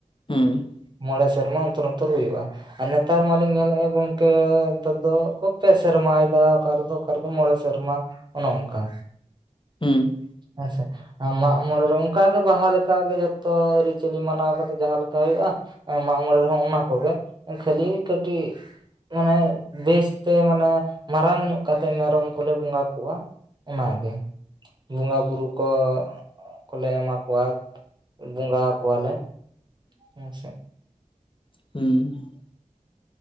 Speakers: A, on the left (about 40°); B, on the right (about 35°).
A: ᱦᱩ
B: ᱢᱚᱬᱮ ᱥᱮᱨᱢᱟ ᱚᱱᱛᱚᱨ ᱚᱱᱛᱚᱨ ᱦᱳᱭᱳᱜᱼᱟ ᱟᱨ ᱱᱮᱛᱟᱨ ᱢᱟᱞᱤᱧ ᱧᱮᱞᱮᱜᱼᱟ <unintelligible> ᱠᱮ, ᱱᱮᱛᱟᱨ ᱫᱚ-ᱠᱚ <unintelligible> ᱥᱮᱨᱢᱟᱭ ᱫᱟ ᱚᱠᱟ ᱨᱮᱫᱚ ᱚᱠᱟ ᱨᱮᱫᱚ ᱢᱚᱬᱮ ᱥᱮᱨᱢᱟ ᱚᱱᱮ ᱚᱱᱠᱟ
A: ᱦᱩ
B: ᱦᱮᱸᱥᱮ ᱢᱟᱜ ᱢᱚᱬᱮ ᱨᱮ ᱚᱱᱠᱟ ᱜᱮ ᱵᱟᱦᱟ ᱞᱮᱠᱟ ᱜᱮ ᱡᱚᱛᱚ ᱟᱹᱨᱤᱪᱟᱹᱞᱤ ᱢᱟᱱᱟᱣ ᱠᱟᱛᱮ ᱡᱟᱦᱟᱸ <unintelligible> ᱠᱟ, ᱦᱳᱭᱳᱜᱼᱟ, ᱢᱟᱜ ᱢᱚᱬᱮ ᱨᱮᱦᱚᱸ ᱚᱱᱟ ᱠᱚᱜᱮ ᱠᱷᱟᱹᱞᱤ ᱠᱟᱹᱴᱤᱡ ᱢᱟᱱᱮ ᱵᱮᱥᱛᱮ ᱢᱟᱱᱮ ᱢᱟᱨᱟᱝ ᱧᱚᱜ ᱠᱟᱛᱮᱜ ᱢᱮᱨᱚᱢ ᱠᱚᱞᱮ ᱵᱚᱸᱜᱟ ᱠᱚᱣᱟ ᱚᱱᱟᱜᱮ ᱵᱚᱸᱜᱟᱼᱵᱩᱨᱩ ᱠᱚ ᱠᱚᱞᱮ ᱮᱢᱟ ᱠᱚᱣᱟ ᱵᱚᱸᱜᱟ ᱟᱠᱚᱣᱟᱞᱮ ᱦᱮᱸ ᱥᱮ
A: ᱦᱩᱸ